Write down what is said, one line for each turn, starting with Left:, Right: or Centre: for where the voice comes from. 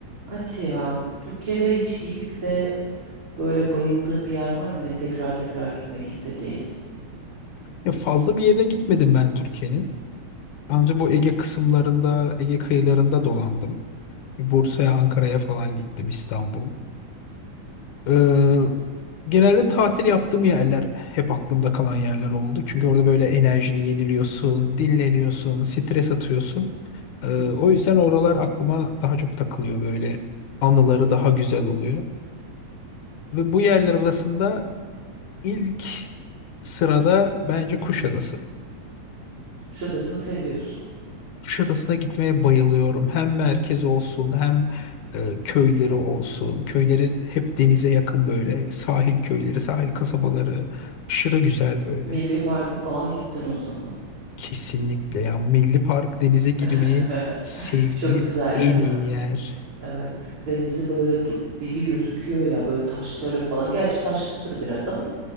Right: Hadi ya. Türkiye'de hiç gidip de böyle bayıldığın bir yer var mı? Yani tekrar tekrar gitmek istediğin.
Left: Ya fazla bir yerine gitmedim ben Türkiye'nin. Ancak
Right: Hı hı.
Left: bu Ege kısımlarında, Ege kıyılarında dolandım. Bursa'ya, Ankara'ya falan gittim, İstanbul. Ee, genelde tatil yaptığım yerler hep aklımda kalan yerler oldu. Çünkü orada böyle enerjini yeniliyorsun, dinleniyorsun, stres atıyorsun. Ee,
Right: Hmm.
Left: o yüzden oralar aklıma daha çok takılıyor böyle. Anıları daha güzel oluyor. Ve bu yerler arasında ilk sırada bence Kuşadası.
Right: Kuşadası'nı seviyorsun.
Left: Kuşadası'na gitmeye bayılıyorum. Hem merkez olsun hem e, köyleri olsun. Köyleri hep denize yakın böyle. Sahil köyleri, sahil kasabaları. Aşırı güzel böyle.
Right: Milli Park'a falan gittin o zaman.
Left: Kesinlikle ya. Milli Park denize girmeyi
Right: <laughs>
Left: sevdiğim
Right: Çok güzel
Left: en
Right: değil mi?
Left: iyi yer.
Right: Evet. Denizi böyle du- dibi gözüküyor ya böyle taşları falan. Gerçi taşlıktır biraz ama